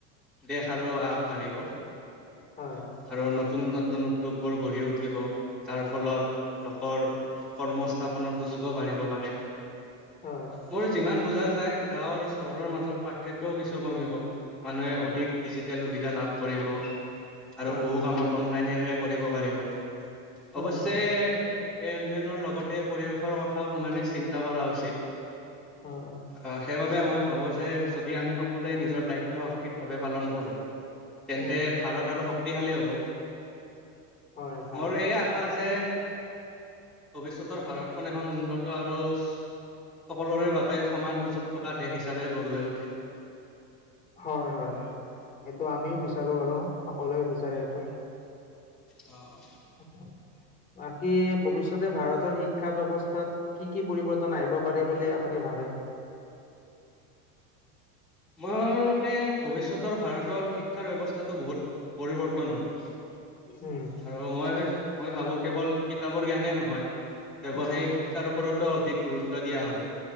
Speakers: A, in the centre; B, on the left.
A: দেশ আৰু আগবাঢ়িব
B: হয়
A: আৰু নতুন নতুন উদ্যোগ বোৰ গঢ়ি উঠিব যাৰ ফলত লোকৰ কৰ্মস্থাপনৰ সুযোগো বাঢ়িব পাৰে
B: হয়
A: মোৰ যিমান বুজা যায় গাঁও আৰু চহৰৰ মাজত পাৰ্থক্যও কিছু কমিব মানুহে অধিক
B: হয়
A: ডিজিটেল সুবিধা লাভ কৰিব আৰু
B: হয়
A: বহু কামত অনলাইনেৰে কৰিব পাৰিব অৱশ্যে
B: হয় হয়
A: এই উন্নয়নৰ লগতে পৰিৱেশৰ কথাও সমানে চিন্তা কৰা উচিত
B: হয়
A: আহ সেইবাবে মই ভাবোঁ যে যদি আমি সকলোৱে নিজৰ দায়িত্ব সঠিকভাৱে পালন কৰোঁ তেন্তে
B: উম
A: ভাৰত আৰু শক্তিশালী হ'ব
B: হয় ভাল
A: মোৰ এই আশা যে ভৱিষ্যতৰ ভাৰতখন এখন উন্নত আৰু সকলোৰে বাবে সমান সুযোগ থকা দেশ হিচাপে গঢ় লৈ উঠে
B: হয় হয় এইটো আমিও বিচাৰো আৰু সকলোৱে বিচাৰে এইটো
A: অ
B: <unintelligible> বাকী ভৱিষ্যতে ভাৰতৰ শিক্ষা ব্যৱস্থাত কি কি পৰিৱৰ্তন আহিব পাৰে বুলি আপুনি ভাৱে
A: মোৰ মতে ভৱিষ্যতৰ ভাৰতত শিক্ষাৰ ব্যৱস্থাটো বহুত পৰিৱৰ্তন হব
B: উম
A: আৰু মই মই ভাবো কেৱল কিতাপৰ জ্ঞানে নহয় ব্যৱসায়িক
B: উম
A: শিক্ষাৰ ওপৰতো অধিক গুৰুত্ব দিয়া হব